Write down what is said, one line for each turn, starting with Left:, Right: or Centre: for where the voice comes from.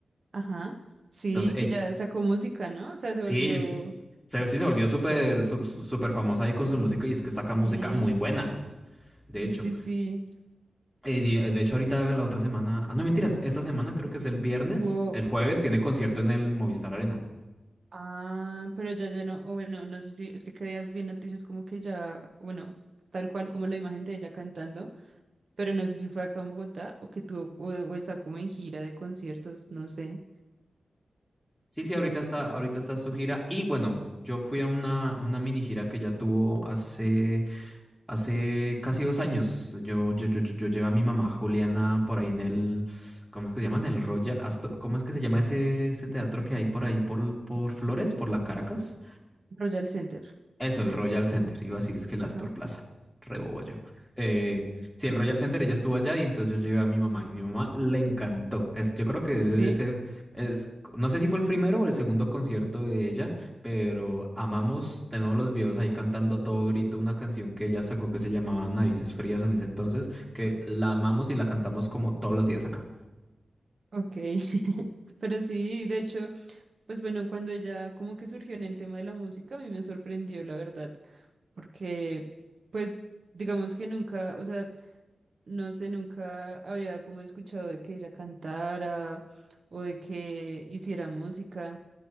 Right: Ajá, sí,
Centre: Entonces, eh,
Right: que ya sacó música, ¿no? O sea, se
Centre: sí,
Right: volvió,
Centre: es- se, sí se volvió súper, su- su- súper famosa ahí con su música y es que saca música
Right: sí,
Centre: muy buena, de
Right: sí,
Centre: hecho.
Right: sí, sí,
Centre: Eh, de de hecho, ahorita la otra semana, ah, no mentiras, esta semana creo que es el viernes,
Right: hubo,
Centre: el jueves tiene concierto en el Movistar Arena.
Right: ah, pero ya, ya no, o bueno, no sé si, es que qué días vi noticias como que ya, bueno, tal cual como la imagen de ella cantando, pero no sé si fue acá en Bogotá o que tuvo, o, o está como en gira de conciertos, no sé,
Centre: Sí, sí, ahorita está, ahorita está su gira. Y bueno, yo fui a una, a una mini gira que ya tuvo hace, hace casi dos años. Yo, yo, yo, yo, yo llevé a mi mamá Juliana por ahí en el, ¿cómo es que se llaman? El Royal Astor, ¿cómo es que se llama ese, ese teatro que hay por ahí por, por Flores, por la Caracas?
Right: Royal Center.
Centre: Eso, el Royal Center. Iba a decir es que el
Right: Ajá.
Centre: Astor Plaza. Rebobo yo. Eh, sí, el Royal Center, ella estuvo allá y entonces yo llevé a mi mamá y mi mamá le encantó. Es, yo creo que
Right: Sí.
Centre: ese es, no sé si fue el primero o el segundo concierto de ella, pero amamos, tenemos los videos ahí cantando a todo grito una canción que ella sacó que se llamaba Narices Frías en ese entonces, que la amamos y la cantamos como todos los días acá.
Right: Ok, <laughs> pero sí, de hecho, pues bueno, cuando ella como que surgió en el tema de la música, a mí me sorprendió, la verdad, porque pues digamos que nunca, o sea, no sé, nunca había como escuchado de que ella cantara o de que hiciera música,